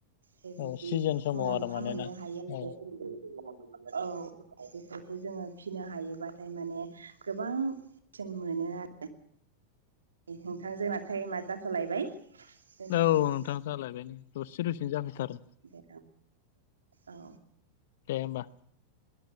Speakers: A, on the right (about 70°); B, on the left (about 55°).
A: बेबायदि
B: औ सिजोन समाव
A: मुलाम्फा
B: आरो मानोना
A: मोननो हायो
B: औ
A: आं। औ बेफोरखौ जोंङो फिसिनो हायोबाथाय माने गोबां जों मोनो आरो। नोंथांजोंनाथायाइमा जाथ'लायबाय दोनथ'नोसै
B: औ नोंथां जालायबाय दसे दसेनो जाफैथारो।
A: बे औ
B: दे होमबा।